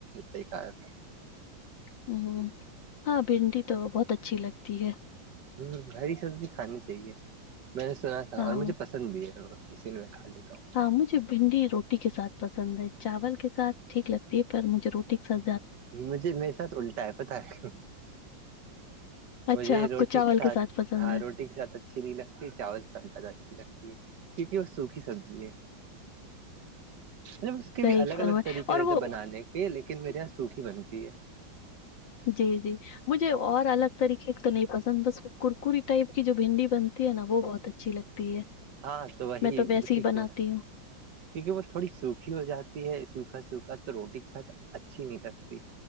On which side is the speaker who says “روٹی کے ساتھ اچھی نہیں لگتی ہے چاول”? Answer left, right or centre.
Right